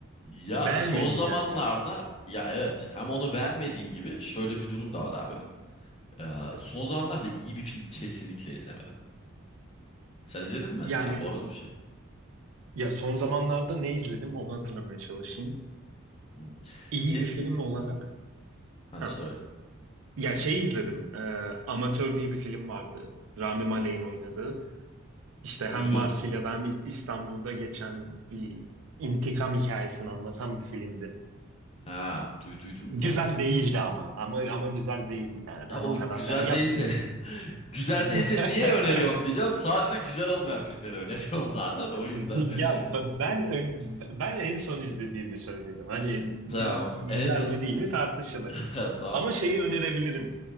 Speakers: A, on the left (about 30°); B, on the right (about 75°).
A: Ya
B: Beğenmedin
A: son zamanlarda
B: yani.
A: ya evet hem onu beğenmediğim gibi şöyle bir durum da var abi. Ee, son zamanlarda iyi bir film kesinlikle izlemedim. Sen izledin mi mesela?
B: Yani
A: Bulabildin mi bir şey?
B: ya son zamanlarda ne izledim onu hatırlamaya çalışayım.
A: Hmm.
B: İyi
A: Sen
B: bir film olarak.
A: ha
B: Ha.
A: söyle
B: Ya
A: söyle.
B: şey izledim. e, Amatör diye bir film vardı. Rami Malek'in oynadığı. İşte
A: Duydum.
B: hem Marsilya'da hem İ- İstanbul'da geçen bir intikam hikayesini anlatan bir filmdi.
A: Ha duyduydum
B: Güzel
A: da
B: değildi
A: izledim.
B: ama. Ama ama güzel değildi yani.
A: Ya
B: Ben
A: o
B: o kadar
A: güzel
B: beğen... Ya
A: değilse
B: bir-
A: <laughs> güzel
B: <laughs>
A: değilse niye öneriyorsun diyeceğim. Sadece güzel olmayan filmleri öneriyorum <laughs> zaten
B: <laughs>
A: o yüzden.
B: Ya b-
A: <laughs>
B: ben ön- ben en son izlediğimi söyledim. Hani yüz-
A: Tamam.
B: güzel
A: En son
B: mi değil mi tartışılır.
A: <laughs> tamam.
B: Ama şeyi önerebilirim.